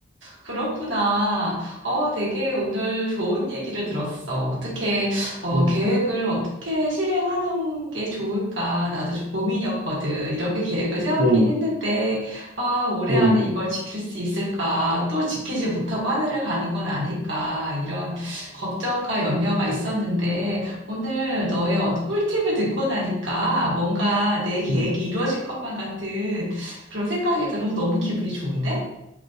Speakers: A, on the right; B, on the right.
A: 그렇구나. 어, 되게 오늘 좋은 얘기를 들었어. 어떻게, 어,
B: 응
A: 계획을 어떻게 실행하는 게 좋을까? 나도 좀 고민이었거든. 이렇게 계획을 세우긴
B: 응
A: 했는데, 아, 올해
B: 응
A: 안에 이걸 지킬 수 있을까? 또 지키지 못하고 하늘을 가는 건 아닐까? 이런 걱정과 염려가 있었는데, 오늘 너의 어- 꿀팁을 듣고 나니까 뭔가 내 계획이
B: 응
A: 이루어질 것만 같은 그런 생각이 들어서 너무 기분이 좋은데?